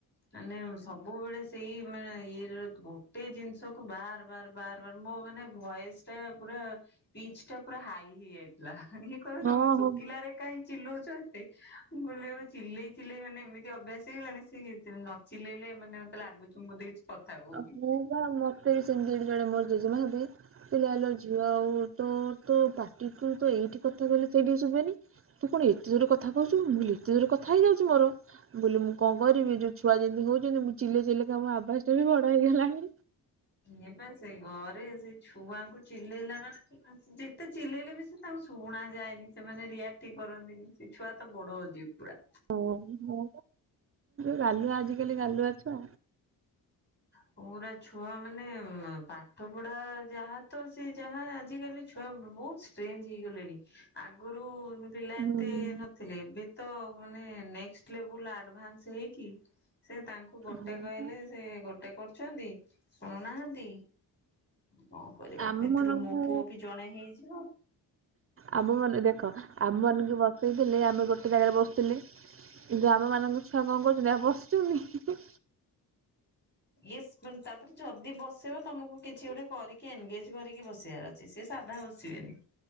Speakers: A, on the left; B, on the right.
A: ମାନେ ସବୁବେଳେ ସେ ସେଇ ମାନେ ଇଏର ଗୋଟେ ଜିନିଷକୁ ବାର ବାର ବାର ମୋ ମାନେ ଭଏସ ଟା ପୁରା ପିଚ ଟା ପୁରା ହାଇ ହେଇଯାଇଥିଲା ଇ କହିବେ
B: ହଁ
A: ତମେ ଶୁଖିଲାରେ
B: ହଁ
A: ଚିଲଉଚ ଏତେ। ମୁଁ କହିଲି ଆ ଚିଲେଇ ଚିଲେଇ ମାନେ ଏମିତି ଅଭ୍ୟାସ ହେଇଗଲାଣି ସେ ନ ଚିଲେଇଲେ ମାନେ ମତେ ଲାଗୁଛି ମତେ କିଛି କଥା କହୁନି।
B: ଆ ମୁଁ ମତେ ବି ସେ ଜଣେ ମୋର ଜେଜେମା ହେବେ କହିଲେ ଆଲୋ ଝିଅ ତୋ ତୋ ପାଟିଚୁଏଇଠି କଥା କହିଲେ ଶୁ ସେ ଟିଭସୁନଏନ ହୁଏନି ତୁ କଣ ଏତେ ଜୋର କଥା କହୁଛି ମୁକହିଲି ଏତେ ଜୋର କଥା ହେଉ ଯାଉଛି ମୋର। ମୁଁ କଣ କରିବି ଯୋଉ ଛୁଆ ଯେମିତି ହଉଛନ୍ତି ମୁଁ ଚିଲେଇ ଚିଲେଇ ମୋ ଆବାସ ଟା ବି ବଡ ହେଇଗଲାଣି।
A: ଏଇ ପା ସେଇ ରେ ସେ ଛୁଆଙ୍କୁ ଚିଲେଇଲା ମାନେ ଯେତେ ଚିଲେଇଲେ ବି ସେ ତାଙ୍କୁ ଶୁଣା ଯାଏନି ସେମାନେ କ୍ରେୟାର ଟିକେ କରନ୍ତିନି ସେ ଛୁଆ ତ ବଡ ଅଛି ପୁରା।
B: ହଁ ବା ଗାଲୁଆ ଆଜିକାଲି ଗାଲୁଆଛୁଆ।
A: ପ ପୁରା ଛୁଆ ମାନେ ପାଠ ପଢା ଯାହା ତ ସେ ଯାହା ଆଜିିକାଲି ଛୁଆ ବହୁତ ଷ୍ଟ୍ରେଞ୍ଜ ହେଇଗଲେଣି ଆଗରୁ ପିଲା
B: ହୁଁ
A: ଏତେ ନଥିଲେ ଏବେ ତ ମାନେ ନେକ୍ସ ଲେବୁଲ ଆଡଭାନ୍ସ ହେଇକି ସେ ତାଙ୍କୁ ଗୋଟେ
B: ହଁ
A: କହିଲେ
B: ବା
A: ସେ ଗୋଟେ କରୁଛନ୍ତି ଶୁଣୁନାହାନ୍ତି। କଣ କରିବ
B: ଆମ
A: ଏଥିରୁ
B: ମାନଙ୍କୁ
A: ମୋ ପୁଅ ବି ଜଣେ ହେଇଯିବ।
B: ଆମ ମାନେ ଦେଖ ଆମ ମାନଙ୍କୁ ବସେଇଥିଲେ ଆମେ ଗୋଟେ ଜାଗାରେ ବସିଥିଲେ। ଗ୍ରାମ ମାନଙ୍କ ଛୁଆ କଣ କରୁଛନ୍ତି ଆମେ ବସିଛନ୍ତି।
A: ଏ ତାପରେ ଯଦି ବସେଇିବ ତମକୁ କିଛି ଗୋଟେ କରିକି ଏନଗେଜ କରିକି ବସେଇବାର ଅଛି। ସେ ସାଧା ବସିବେନି।